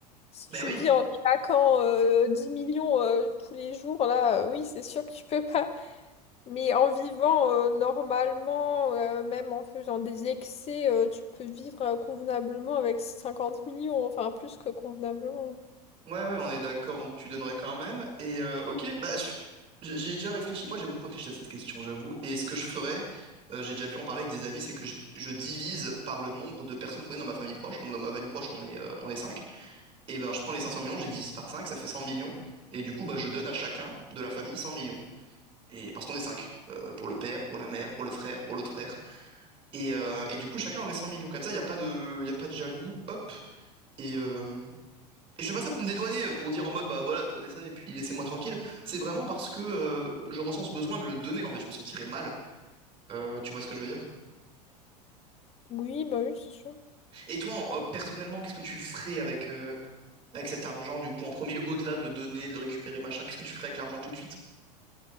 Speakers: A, on the left (about 30°); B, on the right (about 25°).
A: Si
B: Ben
A: tu
B: oui.
A: vis en claquant euh, 10 millions euh, tous les jours, là, euh, oui, c'est sûr que tu peux pas. Mais en vivant euh, normalement, euh, même en faisant des excès, euh, tu peux vivre euh, convenablement avec 50 millions, enfin plus que convenablement.
B: Ouais, ouais, on est d'accord, donc tu donnerais quand même. Et euh, ok, bah, je- j'ai déjà réfléchi. Moi, j'ai beaucoup réfléchi à cette question, j'avoue. Et ce que je ferais, euh, j'ai déjà pu en parler avec des amis, c'est que je, je divise par le nombre de personnes qu'on est dans ma famille proche. Donc, dans ma famille proche, on est, euh, on est cinq Et ben, je prends les 500 millions, j'ai divise par 5 ça fait 100 millions. Et du coup, bah, je donne à chacun de la famille 100 millions. Et parce qu'on est 5. pour le père, pour la mère, pour le frère, pour l'autre frère. Et, euh, et du coup, chacun aurait 100 millions. Comme ça, il n'y a pas de, il a pas de jaloux. Hop. et euh, et je fais pas ça pour me dédouaner, euh, pour dire en mode bah voilà, prenez ça et puis laissez-moi tranquille. C'est vraiment parce que euh, je ressens ce besoin de le donner, en fait, je me sentirais mal. Euh, tu vois ce que je veux dire?
A: Oui, bah oui, c'est sûr.
B: Et toi, en- euh, personnellement, qu'est-ce que tu ferais avec, euh, avec cet argent, du coup, en premier lieu, au-delà de le donner, de le récupérer, machin, qu'est-ce que tu ferais avec l'argent tout de suite?